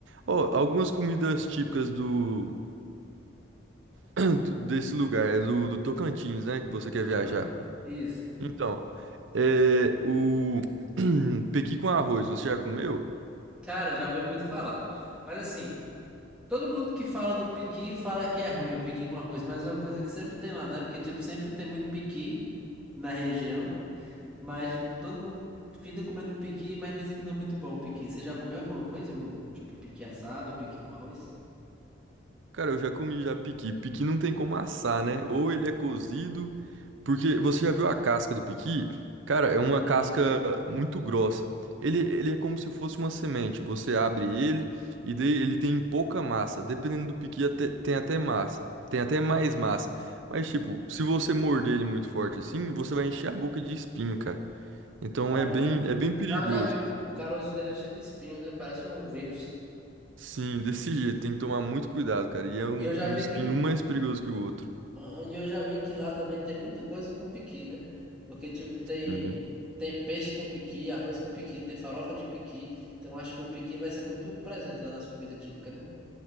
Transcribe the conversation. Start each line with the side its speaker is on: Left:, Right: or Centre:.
Right: Ó, algumas comidas típicas do <clears throat> do- desse lugar, é do, do Tocantins, né, que você quer
Centre: uhum,
Right: viajar.
Centre: isso.
Right: Então, é o <clears throat> pequi com arroz, você já comeu?
Centre: Cara, já veio muito falar. Mas assim, todo mundo que fala do piqui fala que é ruim o piqui com arroz, mas é uma coisa que sempre tem lá, né? Porque, tipo, sempre tem muito piqui na região. Mas, tipo, todo mundo finda comendo piqui, mas dizem que não é muito bom o piqui. Você já comeu alguma vez? Algum, tipo, piqui assado, ou piqui com arroz?
Right: Cara, eu já comi já piqui. Piqui não tem como assar, né? Ou ele é cozido, porque você já viu a casca do piqui? Cara, é uma
Centre: Não.
Right: casca muito grossa. Ele, ele é como se fosse uma semente. Você abre ele e daí ele tem pouca massa. Dependendo do piqui, até- tem até massa. Tem até mais
Centre: Uhum.
Right: massa. Mas, tipo, se você morder ele muito forte assim, você vai encher a boca de espinho, cara. Então
Centre: Caramba.
Right: é bem, é bem perigoso.
Centre: Ah, eu já vi. O o caroço dele é cheio de espinho, né? Parece um vírus.
Right: Sim, <laughs> desse jeito. Tem que tomar muito cuidado, cara. E é um,
Centre: E eu já vi
Right: um espinho
Centre: que.
Right: um mais perigoso que o outro.
Centre: Aham, e eu já vi que lá também tem muita coisa com piqui, né? Porque, tipo, tem.
Right: Uhum.
Centre: Tem peixe com piqui, arroz com piqui, tem farofa de piqui. Então, acho que o piqui vai ser muito presente lá nas comidas típicas, né?